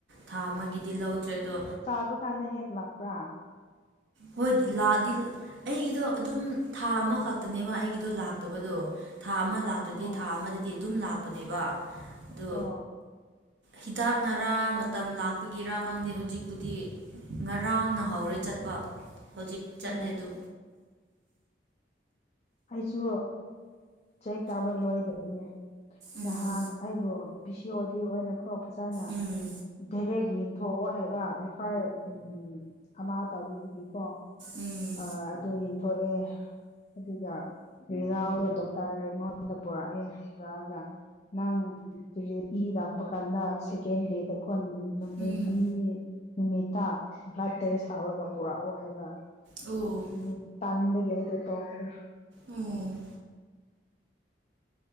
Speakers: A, on the right; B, on the left.
A: ꯊꯥ ꯑꯃꯒꯤꯗꯤ ꯂꯧꯗ꯭ꯔꯦ ꯑꯗꯣ
B: ꯆꯥꯕ ꯀꯥꯟꯗ ꯍꯦꯛ ꯂꯥꯛꯄ꯭ꯔꯥ
A: ꯍꯣꯏꯗꯤ ꯂꯥꯛꯑꯗꯤ ꯑꯩꯒꯤꯗꯣ ꯑꯗꯨꯝ ꯊꯥ ꯑꯃꯈꯛꯇꯅꯦꯕ ꯑꯩꯒꯤꯗꯣ ꯂꯥꯛꯇꯕꯗꯣ ꯊꯥ ꯑꯃ ꯂꯥꯛ ꯑꯗꯨꯗꯤ
B: ꯑꯣ
A: ꯊꯥ ꯑꯃꯗꯗꯤ ꯑꯗꯨꯝ ꯂꯥꯛꯄꯅꯦꯕ ꯑꯗꯣ
B: ꯑꯣ
A: ꯍꯤꯗꯥꯛꯅꯔꯥ ꯃꯇꯝ ꯂꯥꯛꯄꯒꯤꯔꯥ ꯈꯪꯗꯦ ꯍꯧꯖꯤꯛꯄꯨꯗꯤ ꯉꯔꯥꯡꯅ ꯍꯧꯔꯦ ꯆꯠꯄ ꯍꯧꯖꯤꯛ ꯆꯠꯂꯦ
B: ꯑꯣ
A: ꯑꯗꯨ
B: ꯑꯩꯁꯨ ꯆꯩꯛ ꯀꯥꯕ ꯂꯣꯏꯗꯕꯅꯦ
A: ꯎꯝ
B: ꯅꯍꯥꯟ ꯑꯩꯕꯨ ꯕꯤ ꯁꯤ ꯑꯣꯗꯤ ꯑꯣꯏꯅꯀꯣ ꯐꯖꯅ
A: ꯎꯝ
B: ꯗꯥꯦꯔꯦꯛ ꯌꯦꯡ ꯊꯣꯛꯑꯣ ꯍꯥꯏꯕ ꯔꯤꯐꯥꯏꯔ ꯎꯝ ꯑꯃ ꯇꯥꯕꯤꯕꯒꯤꯀꯣ
A: ꯎꯝ
B: ꯑ ꯑꯗꯨ ꯌꯦꯡꯊꯣꯛꯑꯦ ꯑꯗꯨꯒ ꯔꯤꯖꯥꯎꯗꯣ ꯗꯣꯛꯇꯔ ꯑꯩꯉꯣꯟꯗ ꯄꯨꯔꯛꯑꯦ ꯄꯨꯔꯛꯑꯒ ꯅꯪꯖꯤꯗꯤ ꯏꯗꯥꯛꯄ ꯀꯥꯟꯗ ꯁꯦꯀꯦꯟ ꯗꯦ ꯗꯀꯣ ꯅꯨꯃꯤꯠ
A: ꯎꯝ ꯎꯝ
B: ꯑꯅꯤ ꯅꯨꯃꯤꯠꯇ ꯕ꯭ꯂꯗ ꯇꯦꯁ ꯇꯧꯔꯒ ꯄꯨꯔꯛꯑꯣ ꯍꯥꯏꯕ
A: ꯑꯣ
B: ꯑꯗꯨ ꯇꯟꯕꯒꯤ ꯑꯩꯗꯣ ꯇꯣꯛꯈ꯭ꯔꯦ
A: ꯎꯝ